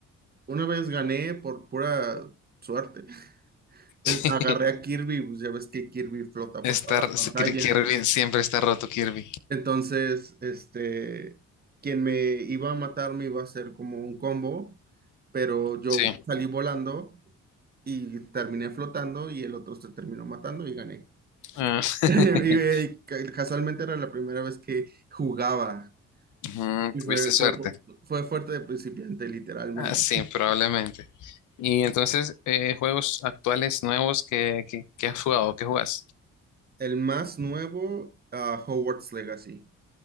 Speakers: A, on the right (about 30°); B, on the left (about 75°).
A: una vez gané por pura suerte. <laughs> Es-
B: <laughs>
A: agarré a Kirby, pues ya ves que Kirby flota
B: Está,
A: por toda la pantalla.
B: Kir- Kirby siempre está roto, Kirby.
A: Entonces, este, quien me iba a matar me iba a hacer como un combo, pero yo
B: Sí.
A: salí volando y terminé flotando y el otro se terminó matando y gané.
B: Ah,
A: <laughs> Y,
B: <laughs>
A: eh, ca- casualmente era la primera vez que jugaba
B: ujú,
A: y fue,
B: tuviste suerte.
A: fue, fue fuerte de principiante, literalmente.
B: Ah, sí, probablemente. Y entonces, eh, juegos actuales nuevos que, que, que has jugado, ¿qué jugas?
A: El más nuevo, ah, Hogwarts Legacy.